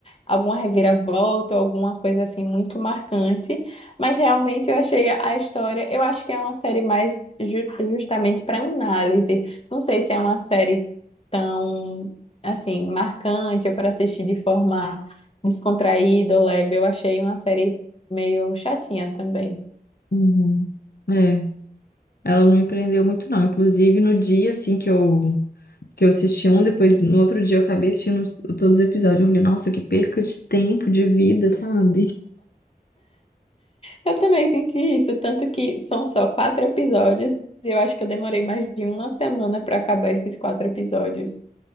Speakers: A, on the left; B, on the left.
A: alguma reviravolta, ou alguma coisa assim muito marcante, mas realmente eu achei a história, eu acho que é uma série mais ju- justamente para análise. Não sei se é uma série tão assim marcante ou para assistir de forma descontraída ou leve. Eu achei uma série meio chatinha também.
B: Uhum. É. Ela não me prendeu muito, não. Inclusive, no dia, assim, que eu, que eu assisti um, depois, no outro dia, eu acabei assistindo os- todos os episódios. Eu falei, nossa, que perca de tempo, de vida, sabe?
A: Eu também senti isso, tanto que são só quatro episódios, e eu acho que eu demorei mais de uma semana para acabar esses quatro episódios.